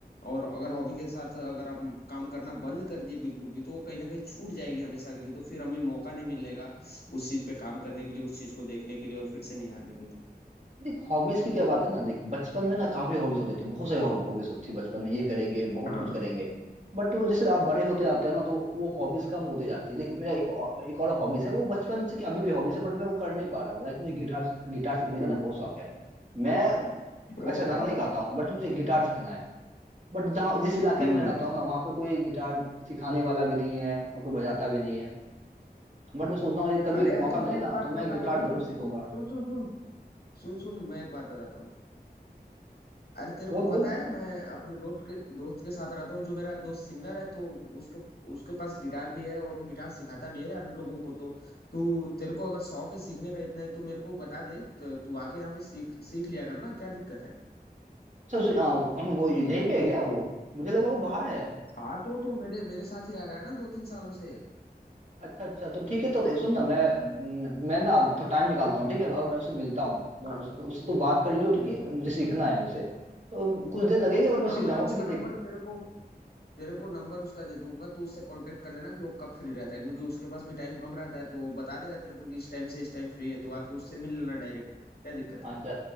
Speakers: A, on the left; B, on the right.
A: और अगर हॉबी के साथ अगर हम काम करना बंद कर दिए बिल्कुल भी तो वो कहीं ना कहीं छूट जाएगी हमेशा के लिए तो फिर हमें मौका नहीं मिलेगा उस चीज पे काम करने के लिए उस चीज को देखने के लिए और फिर से निहारने के लिए
B: देख हॉबीज की क्या बात है ना देख बचपन में ना काफी हॉबीज होती थी बहुत सारी हॉबीज होती थी बचपन में ये करेंगे बहुत
A: हाँ
B: कुछ करेंगे बट वो जैसे आप बड़े होते जाते हो ना तो वो हॉबीज कम होते जाती है देख मेरा एक और- एक और हॉबीज है वो बचपन से कि अभी भी हॉबीज है बट मैं वो कर नहीं पा रहा हूँ लाइक मुझे गिटार गिटार सीखने
A: हम्म,
B: का ना बहुत शौक है मैं अच्छा
A: ओहो
B: गाना नहीं गाता हूँ बट मुझे गिटार सीखना है बट जहाँ जिस इलाके
A: हम्म
B: में मैं रहता हूँ ना वहाँ पे कोई गिटार सिखाने वाला भी नहीं है और कोई बजाता भी नहीं है बट मैं सोच रहा हूँ ये कभी
A: अरे यार
B: मौका
A: तू
B: मिले
A: मैं
B: ना
A: एक बात
B: तो मैं
A: बताता
B: गिटार
A: हूँ ना
B: जरूर सीखूंगा
A: सुन सुन सुन सुन सुन मैं एक बात बताता हूँ अरे तेरे
B: बोल
A: को
B: बोल
A: पता है मैं अपने दोस्त के दोस्त के साथ रहता हूँ जो मेरा दोस्त सिंगर है तो उसके उसके पास गिटार भी है और वो गिटार सिखाता भी है यार लोगों को तो तू तेरे को अगर शौक है सीखने का इतना ही तो मेरे को बता दे तो तू आके यहाँ पे सीख सीख लिया करना क्या दिक्कत है
B: अच्छा उसे- आ, वो यहीं पे है क्या वो मुझे लगा वो बाहर है
A: हाँ तो तो मेरे मेरे साथ ही रह रहा है ना दो तीन सालों से
B: अच्छा अच्छा तो ठीक है तो ये सुन ना मैं न- मैं ना अब थोड़ा टाइम निकालता हूँ ठीक है और मैं उसे मिलता हूँ मैं
A: हाँ
B: उस, उससे तू बात कर लियो ठीक
A: बिल्कुल
B: है मुझे सीखना है उसे तो कुछ दिन लगेंगे बट मैं
A: हाँ
B: सीख
A: मैं
B: जाऊंगा
A: उसका
B: क्योंकि
A: नंबर
B: देख
A: तेरे को तेरे को नंबर उसका दे दूंगा तू उससे कांटेक्ट कर लेना कि वो कब फ्री रहता है क्योंकि उसके पास भी टाइम कम रहता है तो वो बता देगा तेरे को कि इस टाइम से इस टाइम फ्री है तो आके उससे मिल लेना डायरेक्ट क्या दिक्कत
B: हाँ
A: है
B: चल